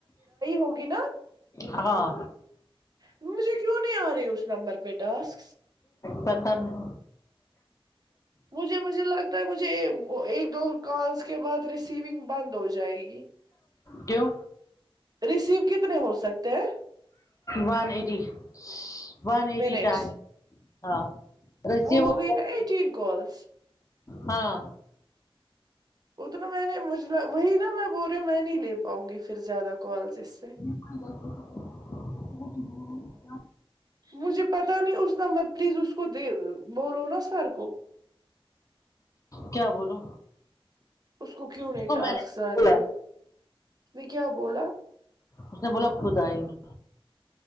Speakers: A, on the right; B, on the left.
A: ہوگی نا
B: ہاں
A: مجھے کیوں نہیں آ رہی ہے اس نمبر پہ ٹاسک
B: پتا نہیں
A: مجھے مجھے لگتا ہے مجھے اک ایک دو کالس کے بعد ریسیونگ بند ہو جائے گی
B: کیوں
A: ریسیو کتنے ہو سکتے ہیں
B: one eighty one eighty
A: minutes
B: time ہاں ریسیور
A: وہ ہو گئی
B: کال
A: نا ایٹین کالس
B: ہاں
A: اتنا میں نے مجھ وہی نا میں بول رہی ہوں میں نہیں لے پاؤں گی پھر زیادہ کال اس سے
B: <unintelligible>
A: مجھے پتا نہیں اس نمبر پلیز اس کو دے بولو نا سر کو
B: کیا بولو
A: اس کو کیوں نہیں
B: اس
A: ٹاسکس
B: میں نے
A: آ رہی
B: بولا
A: ہے اس نے کیا بولا
B: اس نے بولا خود آئیں گے